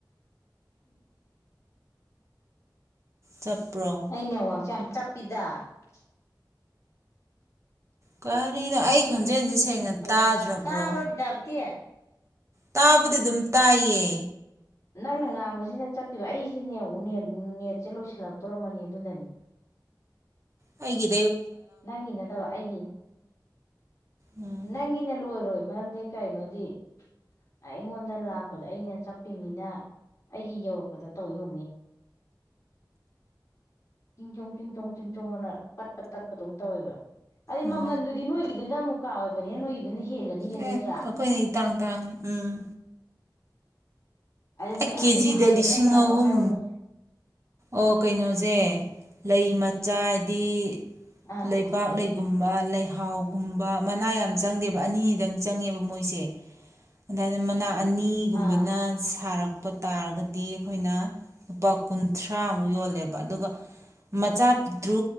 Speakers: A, on the left; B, on the right.
A: ꯎꯝ
B: ꯆꯠꯄ꯭ꯔꯣ
A: ꯑꯅꯦꯕꯥꯛꯁꯦ ꯌꯥꯝ ꯆꯞꯄꯤꯗ <unintelligible>
B: ꯀꯔꯤꯅ ꯑꯩ ꯈꯣꯟꯖꯦꯜꯁꯦ ꯁꯦꯡꯅ
A: ꯃꯈꯣꯟ
B: ꯇꯥꯗ꯭ꯔꯕ꯭ꯔꯣ
A: ꯇ ꯇꯥꯕꯣꯕꯤꯗꯥꯞꯇꯤꯌꯦ
B: ꯇꯥꯕꯗꯤ ꯑꯗꯨꯝ ꯇꯥꯏꯌꯦ
A: ꯅꯪꯅ ꯉꯥꯡꯕꯁꯤꯅ ꯆꯠꯄꯤꯕ ꯑꯩꯁꯤꯅꯦ ꯅꯦꯠꯁꯦ ꯂꯣꯏꯁꯤꯜꯂꯛꯇꯣꯔꯝꯕꯅꯤ ꯑꯗꯨꯅꯅꯤ
B: ꯍꯥꯏꯦ
A: ꯅꯪꯒꯤ ꯅꯠꯇꯕ ꯑꯩꯒꯤ
B: ꯎꯝ
A: ꯅꯪꯒꯤ ꯅꯜ ꯑꯣꯏꯔ ꯌꯥꯔꯣꯏ ꯃꯔꯝꯗꯤ ꯀꯩꯅꯣꯗꯤ ꯑꯩꯉꯣꯟꯗ ꯂꯥꯛꯄꯗ ꯑꯩꯅ ꯆꯠꯄꯤꯅꯤꯅ ꯑꯩꯒꯤ ꯌꯧꯔꯛꯄꯗ ꯇꯧꯣꯅꯤ ꯎꯝ ꯆꯤꯡ ꯆꯣꯡ ꯆꯤꯡ ꯆꯣꯡ ꯆꯤꯡ ꯆꯣꯡ ꯑꯅ ꯇꯠꯄ ꯇꯠ ꯑꯗꯨꯝ ꯇꯧꯋꯦꯕ ꯑꯗꯨꯗꯩ
B: ꯎꯝ
A: ꯃꯃꯜꯗꯨꯗꯤ ꯅꯣꯏꯒꯤꯗꯨꯅ ꯑꯃꯨꯛ ꯀꯥ ꯑꯣꯏꯕꯅꯤꯅ ꯅꯣꯏꯒꯤꯗꯨꯅ ꯍꯦꯜꯂꯅꯤꯅꯦ ꯑꯗꯨ
B: ꯑꯦ
A: ꯅꯠꯇ꯭ꯔꯥ
B: ꯑꯩꯈꯣꯏꯅ ꯏꯇꯥꯡ ꯇꯥꯡꯉꯤ ꯎꯝ
A: ꯑꯗꯨꯗꯤ
B: ꯑꯩ ꯀꯦꯖꯤꯗ
A: ꯑꯁꯨꯝ ꯍꯥꯏꯐꯦꯠꯇꯪ
B: ꯂꯤꯁꯤꯡ
A: ꯆꯥꯎꯧꯔꯛꯄ
B: ꯑꯍꯨꯝ
A: ꯍꯥꯏꯔꯨꯅꯨ
B: ꯑꯣ ꯀꯩꯅꯣꯖꯦ ꯂꯩ ꯆꯥꯏꯗꯤ
A: ꯑꯥ
B: ꯂꯩꯕꯥꯛ ꯂꯩ ꯒꯨꯝꯕ ꯂꯩꯍꯥꯎꯒꯨꯝꯕ ꯃꯅꯥ ꯌꯥꯝ ꯆꯪꯗꯦꯕ ꯑꯅꯤꯗꯪ ꯆꯪꯉꯦꯕ ꯃꯣꯏꯁꯦ ꯑꯗꯨꯥꯏꯅ ꯃꯅꯥꯛ ꯑꯅꯤꯒꯨꯝꯕꯅ
A: ꯑꯥ
B: ꯁꯥꯔꯛ ꯂꯄ ꯇꯥꯔꯒꯗꯤ ꯑꯩꯈꯣꯏꯅ ꯂꯨꯄꯥ ꯀꯨꯟ ꯊꯔꯥꯃꯨꯛ ꯌꯣꯜꯂꯦꯕ ꯑꯗꯨꯒ ꯃꯆꯥ ꯄꯤꯇ꯭ꯔꯨ